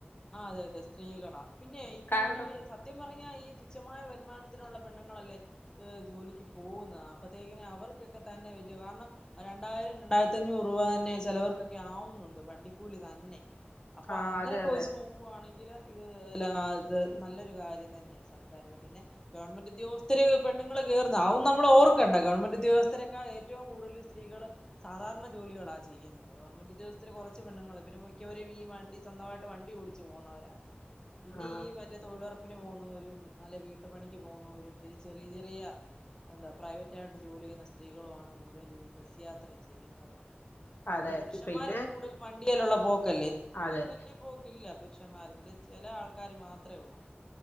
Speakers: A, on the left; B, on the left.
A: ആ അതെ അതെ. സ്ത്രീകളാ പിന്നെ ഇപ്പാണെങ്കിൽ
B: കാരണം
A: സ സത്യം പറഞ്ഞാൽ ഈ തുച്ഛമായ വരുമാനത്തിനുള്ള പെണ്ണങ്ങളല്ലേ ഹ് ജോലിക്ക് പോകുന്നത്. അപ്പത്തേക്കന അവർക്കൊക്കെ തന്നെ വല്യ കാരണം. ആ രണ്ടായിരം രണ്ടായിരത്തി അഞ്ഞൂറ് രൂപ തന്നെ ചെലവർക്കൊക്കെ ആവുന്നുണ്ട്. വണ്ടിക്കൂലി തന്നെ. അപ്പൊ
B: ആ
A: ആങ്ങനെ
B: അതെ അതെ
A: നോക്കുവാണെങ്കില് ഇത് നല്ലൊരു കാര്യം തന്നെ. സർക്കാരി പിന്നെ ഗവണ് ഉദ്യോഗസ്ഥരെ പെണ്ണുങ്ങള് കേറുന്ന ആവും നമ്മൾ ഓർക്കണ്ട. ഗവണ്മെന്റ് ഉദ്യോഗസ്ഥരെക്കാ ഏറ്റം കൂടുതല് സ്ത്രീ. കള് സാധാരണ ജോലികളാ ചെയ്യുന്നത്. വണ്മെന്റ് ഉദ്യോഗസ്ഥത്തര് കൊറച്ച് പെണ്ണങ്ങള്. പിന്നെ മിക്കവരും ഈ വണ്ടി സ്വന്തമായിട്ട് വണ്ടി ഓടിച്ചു പോകുന്നവരാ ഇനി
B: ആ
A: ഈ മറ്റെ തൊഴിലുറപ്പ്- പ്പിന് പോന്നോരും അല്ലേ വീട്ടുപണിക്ക് പോന്നോരും പിന്നെ ചെറിയ ചെറിയ- എന്താ പ്രൈവറ്റ് ആയിട്ട് ജോലി ചെയ്യുന്ന സ്ത്രീകളുവാണ് കൂടുതലും ഈ ബസ് യാത്ര ചെയ്യുന്നത്
B: അതെ
A: പിന്നെ പുരുഷന്മാരൊക്കെ
B: പിന്നെ
A: കൂടുതൽ വണ്ടിയെല്ലുള്ള പോക്കല്ലേ
B: അതെ
A: ആ വല്ലിയ - പോക്കില്ല പുരുഷന്മാര് പിന്നെ ചെല ആൾക്കാര് മാത്ര ഉള്ളൂ